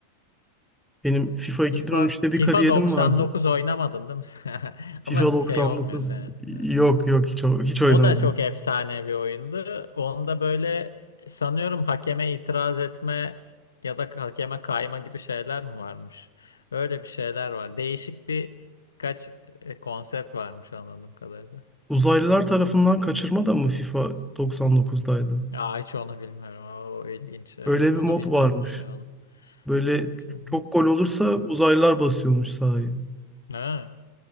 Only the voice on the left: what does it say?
FIFA
FIFA
99
oynamadın değil mi? <laughs>
Ama
şey olmuyor senin. evet.
O da çok efsane bir oyundu. Onda böyle sanıyorum hakeme itiraz etme ya da hakeme kayma gibi şeyler mi varmış? Öyle bir şeyler var. Değişik bir kaç e, konsept varmış anladığım kadarıyla.
Aa hiç onu bilmiyorum. Aa, O, ilginç evet.
Onu
bilmiyorum
hiç ne onu.
Hiç onu.
Ha,